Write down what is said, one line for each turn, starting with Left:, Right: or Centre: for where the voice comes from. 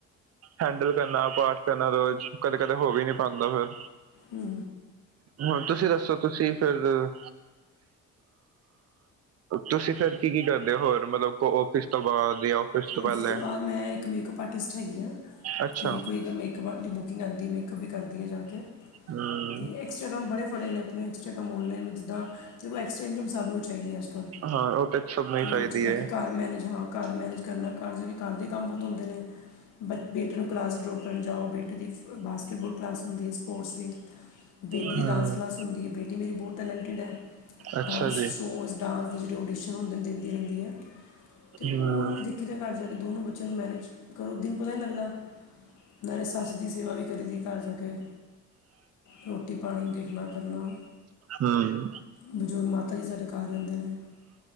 Right: ਹੈਂਡਲ ਕਰਨਾ, ਪਾਠ ਕਰਨਾ ਰੋਜ, ਕਦੇ-ਕਦੇ ਹੋ ਵੀ ਨਈ ਪਾਂਦਾ ਫੇਰ।
Left: ਹੂੰ।
Right: ਹੁਨ ਤੁਸੀਂ ਦੱਸੋ, ਤੁਸੀਂ ਫੇਰ ਅਂ ਤੁਸੀਂ ਫਿਰ ਕੀ-ਕੀ ਕਰਦੇ ਹੋ ਹੋਰ ਮਤਲਬ ਔਫਿਸ ਤੋਂ ਬਾਅਦ ਜਾਂ ਆਫਿਸ ਪਹਿਲੇ
Left: ਔਫਿਸ ਤੋਂ ਬਾਦ ਮੈਂ ਇੱਕ ਮੇਕਅਪ ਆਰਟਿਸਟ ਹੈਗੀ ਹਾਂ
Right: ਅੱਛਾ
Left: ਤੇ ਕੋਈ ਅਗਰ ਮੇਕਅੱਪ ਆਰਟਿਸਟ ਬੁਕਿੰਗ ਆਂਦੀ ਮੇਕ ਮੇਕਅੱਪ ਵੀ ਕਰਦੀ ਜਾਕੇ
Right: ਹਮ
Left: ਤੇ ਐਕਸਟਰਾ ਕੰਮ ਬੜੇ ਫੜੇ ਨੇ ਆਪਣੇ ਐਕਸਟਰਾ ਕੰਮ ਔਨਲਾਈਨ ਜਿੱਦਾਂ ਐਸਟਰਾ ਇਨਕਮ ਸਭ ਨੂੰ ਚਾਈਦੀ ਏ ਅਜਕਲ
Right: ਹਾਂ ਉਹ ਸਭ ਨੂੰ ਹੀ
Left: ਤੇ
Right: ਚਾਹੀਦੀ
Left: ਓ 'ਚ ਬਾਕੀ
Right: ਹੈ
Left: ਘਰ ਮੈਨੇਜ ਹਾਂ। ਘਰ ਮੈਨੇਜ ਕਰਨਾ ਘਰ ਜਾ ਕੇ ਘਰ ਦੇ ਕੰਮ ਬੋਤ ਹੁੰਦੇ ਨੇ ਬ ਬੇਟੇ ਨੂੰ ਕਲਾਸ ਡਰੋਪ ਕਰਨ ਜਾਉ ਬੇੇ ਦੀ ਬ ਬਾਸਕਿਟਬਾਲ ਕਲਾਸ ਹੁੰਦੀ ਏ ਸਪੋਰਟਸ ਦੀ ਬੇਟੀ
Right: ਹਮ
Left: ਦੀ ਡਾਂਸ ਕਲਾਸ ਹੁੰਦੀ ਆ ਬੇਟੀ ਮੇਰੀ ਬੋਤ ਟੈਲੈਂਟਿਡ ਆ।
Right: ਅੱਛਾ
Left: ਡਾਂਸ
Right: ਜੀ
Left: ਸ਼ੋਜ ਡਾਂਸ ਦੇ ਜੇੜੇ ਓਡੀਸ਼ਨ ਹੁੰਦੇ ਦਿੰਦੀ ਰੈਂਦੀ ਐ ਤੇ ਉਨੂੰ
Right: ਹਮ
Left: ਵੀ ਦੀ ਦੀ ਦੇ ਘਰ ਜਾ ਕੇ ਦੋਨੋ ਬੱਚਿਆਂ ਨੂੰ ਮੈਨੇਜ ਕਰੋ ਦਿਨ ਪਤਾ ਈ ਲੱਗਦਾ। ਨਾਲੇ ਸੱਸ ਦੀ ਸੇਵਾ ਵੀ ਕਰੀ ਦੀ ਘਰ ਜਾ ਕੇ ਰੋਟੀ ਪਾਣੀ ਦੇਖਣਾ ਕਰਨਾਂ।
Right: ਹਮ
Left: ਬਜ਼ੁਰਗ ਮਾਤਾ ਜੀ ਸਾਡੇ ਘਰ ਰੈਂਦੇ ਨੇ।